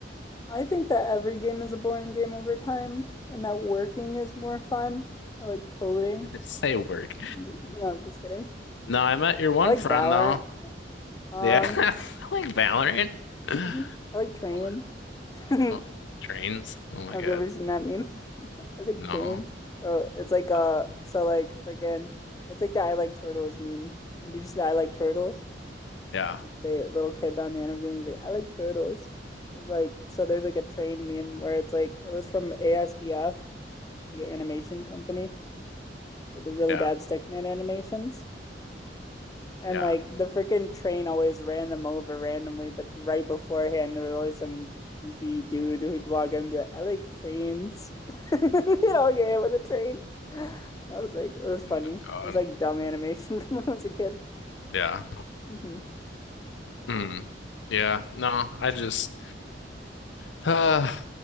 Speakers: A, on the left (about 20°); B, on the left (about 75°).
A: I think that every game is a boring game over time and that working is more fun. I like coding.
B: <laughs> Say work.
A: No, I'm just kidding.
B: No, I met your one
A: I like
B: friend
A: Valorant.
B: though.
A: Um,
B: Yeah, <laughs> I like Valorant. Oh
A: <laughs> I like trains.
B: my,
A: <laughs>
B: oh, trains. Oh my
A: Have
B: God.
A: you ever seen that meme? <laughs> I think
B: No.
A: trains. Oh, it's like uh,
B: Um,
A: so like freaking, it's like the I like turtles meme. And did you see the I like turtles?
B: yeah,
A: Like, The little kid on the interview, and he's like, I like turtles. Like, so there's like a train meme where it's like it was from ASDF, like an animation company that did really
B: yeah,
A: bad stickman animations, And
B: yeah.
A: like the freaking train always ran them over randomly, but right beforehand there was always some goofy dude who'd walk in and be like, I like trains. <laughs> You know, get hit with a train. I was like, it was funny.
B: Oh my
A: It
B: God.
A: was like dumb animation <laughs> from when I was a kid.
B: Yeah.
A: hmm
B: Hmm. Yeah. No, I just <sighs> uh,